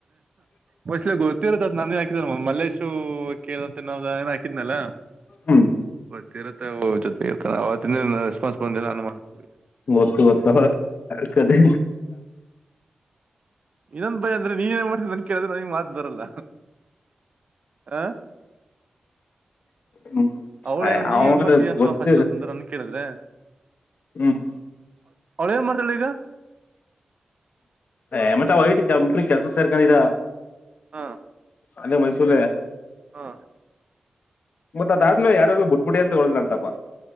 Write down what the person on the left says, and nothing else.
ಹ್ಮ್
ಗೊತ್ತು ಗೊತ್ತು ಕದೆ
ಹ್ಮ್್
ಅವ
ಗೊತ್ತಿಲ್ಲ
ಹ್ಮ್
ಎಮಟ ಒಯಟ ಮುಂಟ ಕೆಲ್ಸ ಸೇರ್ಕರಾ
ಅದೇ ಮೈಸೂರುಲ್ಲ
ಮತ್ತತ್ ಅದಾದ್ಮೇಲೆ ಯಾರಾದ್ರು ಬುಟ್ಬುಡಿ ಅಂತ ಹೇಳ್ದ್ ಅಂತಪ್ಪ